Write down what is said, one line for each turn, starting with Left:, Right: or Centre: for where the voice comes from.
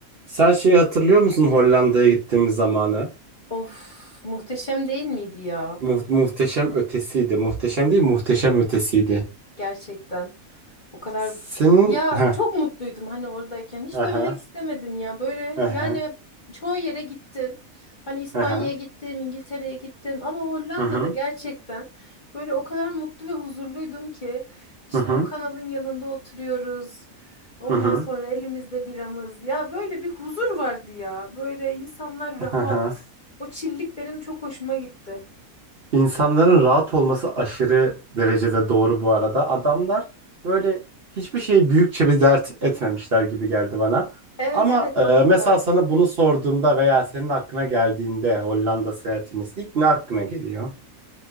Right: Sen şeyi hatırlıyor musun Hollanda'ya gittiğimiz zamanı?
Left: Of, muhteşem değil miydi ya?
Right: Mu- muhteşem ötesiydi. Muhteşem değil, muhteşem ötesiydi.
Left: Gerçekten. O kadar
Right: Senin...
Left: ya
Right: Heh.
Left: çok mutluydum hani oradayken. Hiç
Right: Aha.
Left: dönmek istemedim ya. Böyle
Right: Aha.
Left: yani çoğu yere gittim. Hani İspanya'ya
Right: Aha.
Left: gittim, İngiltere'ye gittim ama Hollanda'da
Right: Hı hı.
Left: gerçekten böyle o kadar mutlu ve huzurluydum ki işte
Right: Hı hı.
Left: o kanalın yanında oturuyoruz. Ondan
Right: Hı hı.
Left: sonra elimizde biramız. Ya böyle bir huzur vardı ya. Böyle insanlar rahat.
Right: Aha.
Left: O çillik benim çok hoşuma gitti.
Right: İnsanların rahat olması aşırı derecede doğru bu arada. Adamlar böyle hiçbir şeyi büyükçe bir dert etmemişler gibi geldi bana.
Left: Evet
Right: Ama
Left: evet
Right: e,
Left: bana
Right: mesela
Left: da.
Right: sana bunu sorduğumda veya senin aklına geldiğinde Hollanda seyahatimiz ilk ne aklına geliyor?